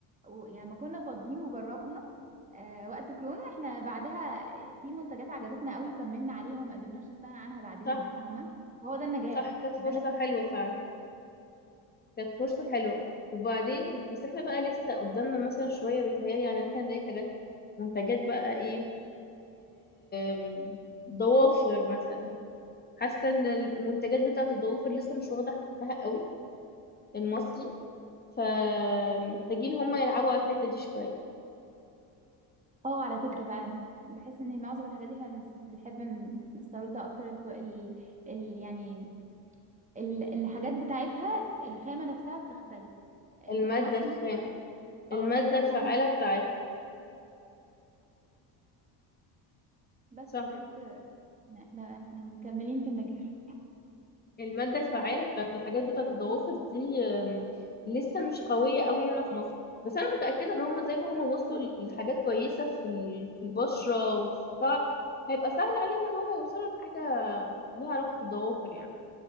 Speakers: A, on the right (about 15°); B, on the left (about 20°).
A: و- يعني لما كنا فاضيين وجربنا آه وقت كورونا احنا بعدها في منتجات عجبتنا قوي وكملنا عليها وما قدرناش نستغنى عنها بعدين
B: صح
A: فاهمة هو ده النجاح
B: صح كانت فرصة
A: ده أنا...
B: حلوة فعلا كانت فرصة حلوة وبعدين بس احنا بقى لسه قدامنا مثلا شوية بيتهيألي على ان احنا نلاقي حاجات منتجات بقى ايه آم، ضوافر مثلا حاسة ان المنتجات بتاعت الضوافر لسه مش واخدة حقها قوي المصري فمحتاجين هما يلعبوا على الحتة دي شوية
A: اه على فكرة فعلا بحس ان معظم الحاجات دي احنا بنس- بنحب ن- نستوردها اكتر الكو... ال... ال... يعني ال... الحاجات بتاعتها الخامة نفسها بتختلف أم-
B: المادة
A: مصر
B: الخام
A: لسه
B: المادة
A: اه المادة الخام
B: الفعالة بتاعتها
A: بس
B: صح
A: بجد احنا احنا مكملين في النجاح
B: المادة الفعالة بتاعت الحاجات بتاعت الضوافر دي أم، لسه مش قوية قوي هنا في مصر بس أنا متأكدة إن هما زي ما هما وصلوا لحاجات كويسة في ال- في البشرة وفي الشعر هيبقى سهل عليهم إن هما يوصلوا لحاجة ليها علاقة بالضوافر يعني